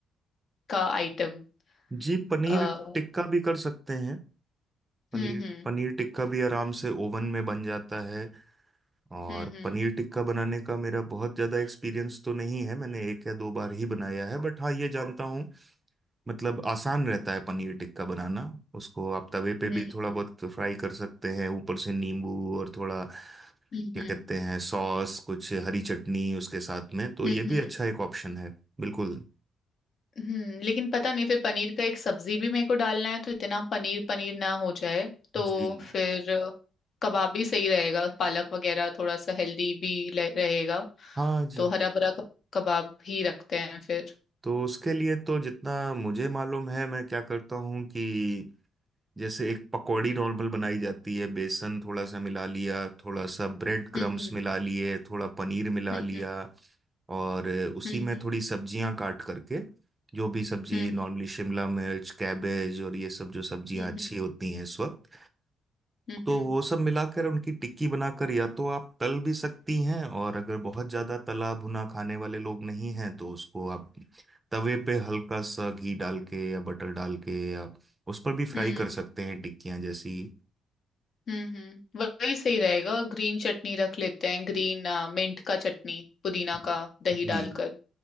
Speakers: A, on the left; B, on the right.
A: का आइटम
B: जी पनीर
A: हम्म
B: टिक्का भी कर सकते हैं पनीर
A: हम्म
B: पनीर टिक्का भी आराम से ओवन में बन जाता है और
A: हम्म
B: पनीर टिक्का बनाने का मेरा बहुत ज़्यादा एक्सपीरियंस तो नहीं है मैंने एक या दो बार ही बनाया है बट हाँ ये जानता हूँ मतलब आसान रहता है पनीर टिक्का बनाना उसको आप तवे पे
A: हम्म
B: भी
A: हम्म
B: थोड़ा बहुत फ्राई कर सकते हैं ऊपर से नींबू और थोड़ा
A: हम्म
B: क्या कहते हैं सॉस कुछ हरी चटनी उसके साथ में तो
A: हम्म
B: ये
A: हम्म
B: भी अच्छा एक ऑप्शन है बिल्कुल
A: हम्म लेकिन पता नहीं फिर पनीर का एक सब्जी भी मेरे को डालना है तो इतना पनीर पनीर ना हो जाए तो
B: जी
A: फिर कबाब भी सही रहेगा पालक वगैरह थोड़ा सा हेल्दी भी ले- रहेगा
B: हाँ जी
A: तो हरा भरा क- कबाब ही रखते हैं फिर
B: तो उसके लिए तो जितना मुझे मालूम है मैं क्या करता हूँ कि जैसे एक पकौड़ी नॉर्मल बनाई जाती है बेसन थोड़ा सा मिला लिया थोड़ा सा ब्रेड क्रम्स
A: हम्म
B: मिला लिए थोड़ा पनीर मिला
A: हम्म
B: लिया
A: हम्म
B: और उसी
A: हम्म
B: में थोड़ी सब्जियां काट करके जो भी सब्जी
A: हम्म
B: नॉर्मली शिमला मिर्च कैबेज और ये सब जो सब्जियां
A: हम्म
B: अच्छी होती हैं इस वक्त
A: हम्म
B: तो
A: हम्म
B: वो सब मिलाकर उनकी टिक्की बनाकर या तो आप तल भी सकती हैं और अगर बहुत ज़्यादा तला भुना खाने वाले लोग नहीं हैं तो उसको आप तवे पे हल्का सा घी डाल के या बटर डाल के या उस पर भी फ्राई
A: हम्म
B: कर सकते हैं टिक्कियाँ जैसी
A: हम्म हम्म, वही सही रहेगा ग्रीन चटनी रख लेते हैं ग्रीन मिंट का चटनी पुदीना
B: जी
A: का दही
B: जी
A: डालकर